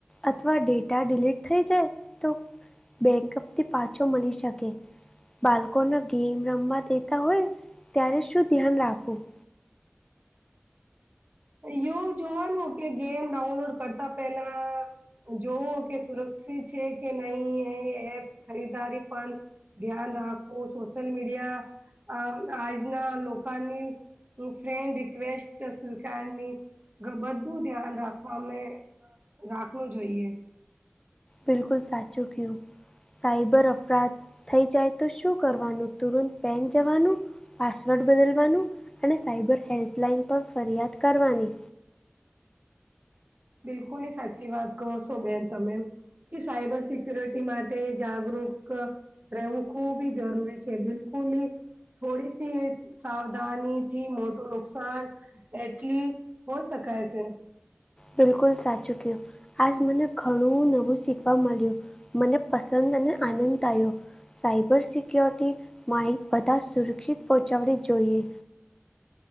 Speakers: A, on the left (about 15°); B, on the right (about 40°).
A: અથવા ડેટા ડિલીટ થઈ જાય, તો બેંક અપ થી પાછો મળી શકે. બાળકોના ગેમ રમવા દેતા હોય, ત્યારે શું ધ્યાન રાખવું
B: એવ જોવાનું કે ગેમ ડાઉનલોડ કરતા પેલા. જોવો કે સુરક્ષિત છે કે નહી એ એ ખરીદારી પણ. ધ્યાન રાખવું સોશિયલ મીડિયા આ આજના લોકની ફ્રેન્ડ રિક્વેસ્ટ ની બધું ધ્યાન રાખવામે રાખવું જોઈએ.
A: બિલકુલ સાચું કું, સાઈબર અફરાધ થઈ જાય તો શું કરવાનું તુરંત પહેન જવાનું પાસવર્ડ બદલવાનું અને સાયબર હેલ્પલાઇન પણ ફરિયાદ કરવાની.
B: બિલકુલ ની સાચી વાત કહો છો બેન તમે. કે સાયબર સિક્ય્યોરિટી માટે જાગૃક રહેવું ખૂબ જરૂરી છે બિલકુલ ની થોડી સી સાવધાની થી મોટું નુકસાન એટલી હો શકાય છે.
A: બિલકુલ સાચુંક્યું. આજ મને ઘણું નવું શીખવા મળ્યું મને પસંદ અને આનંદ આવ્યો. સાયબર સિક્યોરિટી માઇ બધા સુરક્ષિત પહોંચાડવી જોઈએ.